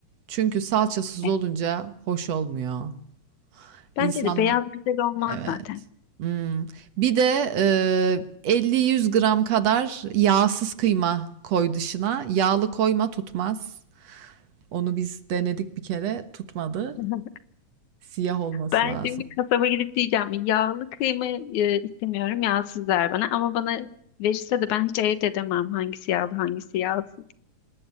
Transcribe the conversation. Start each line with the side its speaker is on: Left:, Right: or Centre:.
Right: Çünkü salçasız
Left: Evet.
Right: olunca hoş olmuyor. İnsanlar
Left: Bence de beyaz güzel olmaz
Right: Evet.
Left: zaten.
Right: Imm, bir de, eee, 50-100 gram kadar yağsız kıyma koy dışına. Yağlı koyma, tutmaz. Onu biz denedik bir kere, tutmadı.
Left: <laughs>
Right: Siyah olması
Left: Ben
Right: lazım.
Left: şimdi kasaba gidip diyeceğim yağlı kıyma e, istemiyorum yağsız ver bana ama bana verirse de ben hiç ayırt edemem hangisi yağlı hangisi yağsız.